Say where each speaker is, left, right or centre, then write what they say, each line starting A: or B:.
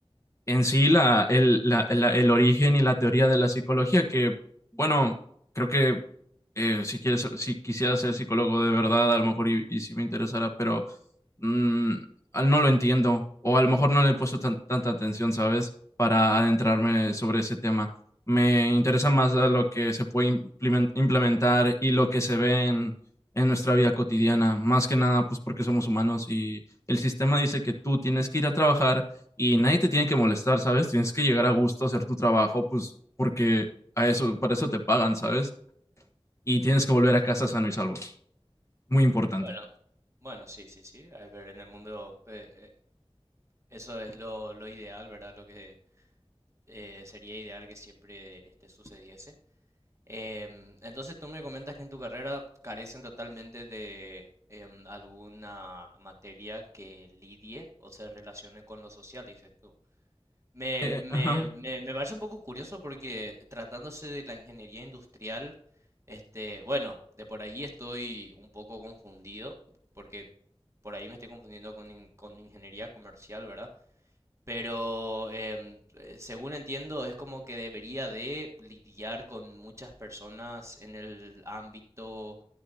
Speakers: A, on the left (about 30°); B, on the right (about 30°).
A: en sí la, el, la- la- el origen y la teoría de la psicología, que bueno, creo que eh, si quieres, si quisiera ser psicólogo de verdad, a lo mejor y, y si me interesara, pero mm, al- no lo entiendo, o a lo mejor no le he puesto tan- tanta atención, ¿sabes? Para adentrarme sobre ese tema. Me interesa más a lo que se puede implemen- implementar y lo que se ve en, en nuestra vida cotidiana, más que nada, pues porque somos humanos y el sistema dice que tú tienes que ir a trabajar y nadie te tiene que molestar, ¿sabes? Tienes que llegar a gusto a hacer tu trabajo, pues porque a eso, para eso te pagan, ¿sabes? Y tienes que volver a casa sano y salvo. Muy importante.
B: Bueno, bueno, sí, sí, sí. A ver, en el mundo eh, eh, eso es lo, lo ideal, ¿verdad? Lo que eh, sería ideal que siempre este, sucediese. Em, entonces tú me comentas que en tu carrera carecen totalmente de em, alguna materia que lidie o se relacione con lo social, dices tú. Me,
A: Eh,
B: me,
A: ajá.
B: me, me parece un poco curioso porque tratándose de la ingeniería industrial, este, bueno, de por ahí estoy un poco confundido, porque por ahí me estoy confundiendo con, in- con ingeniería comercial, ¿verdad? Pero em, eh, según entiendo, es como que debería de lidiar con muchas personas en el ámbito